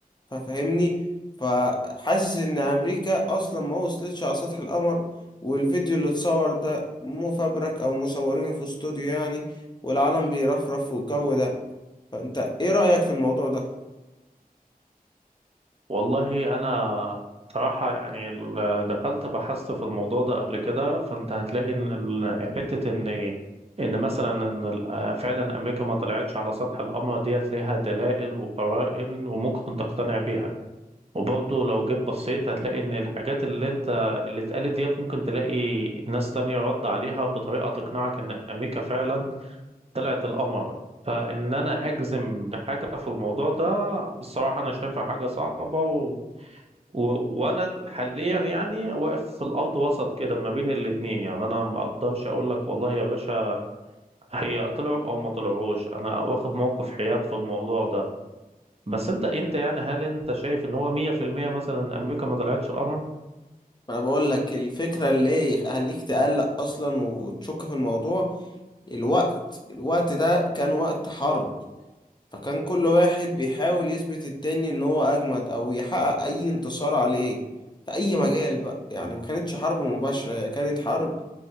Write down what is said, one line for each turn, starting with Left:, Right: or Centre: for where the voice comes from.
Left: ففهمني فحاسس ان امريكا اصلا ما وصلتش على سطح القمر والفيديو اللي اتصور ده مفبرك او مصورينه في استوديو يعني والعالم بيرفرف والجو ده فانت ايه رأيك في الموضوع ده
Right: والله انا صراحة يعني ال- دخلت بحثت في الموضوع ده قبل كده فانت هتلاقي ان ال- حتة ان ان مثلا ان ال- آه، فعلا امريكا ما طلعتش على سطح القمر ديت ليها دلائل وقرائن وممكن تقتنع بيها وبرضه لو جيت بصيت هتلاقي ان الحاجات اللي انت اللي اتقالت ديت ممكن تلاقي ناس تانية رد عليها بطريقة تقنعك ان امريكا فعلا طلعت القمر فان انا اجزم بحاجة في الموضوع ده الصراحة انا شايفها حاجة صعبة و... وانا حاليا يعني واقف في الارض وسط كده ما بين الاتنين يعني انا ما اقدرش اقول لك والله يا باشا هي طلعوا او ما طلعوش انا واخد موقف حياد في الموضوع ده بس انت انت يعني هل انت شايف ان هو 100% مثلا امريكا ما طلعتش القمر
Left: ما انا بقول لك الفكرة اللي هليك تقلق اصلا وتشك في الموضوع الوقت الوقت ده كان وقت حرب فكان كل واحد بيحاول يثبت التاني ان هو اجمد او يحقق اي انتصار عليه في اي مجال بقى يعني ما كانتش حرب مباشرة هي كانت حرب